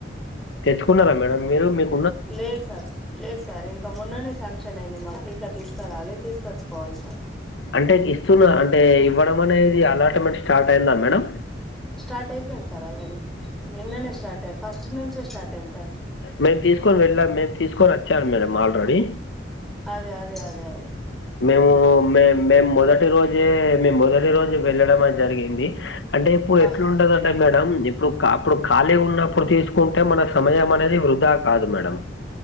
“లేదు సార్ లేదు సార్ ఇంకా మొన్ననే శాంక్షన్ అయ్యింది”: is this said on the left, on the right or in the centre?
Centre